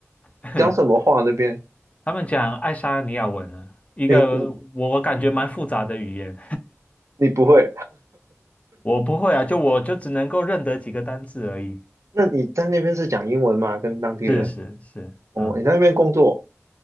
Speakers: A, on the left; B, on the right.
A: <laughs>
B: 讲什么话那边？
A: 他们讲爱沙尼亚文啊，一个我我感觉蛮复杂的语言，
B: 你你你不会？
A: 我不会啊，就我就只能够认得几个单字而已。
B: <laughs> 那你在那边是讲英文吗？跟当地人？
A: 是是是，
B: 哦，
A: 嗯，
B: 你在那边工作，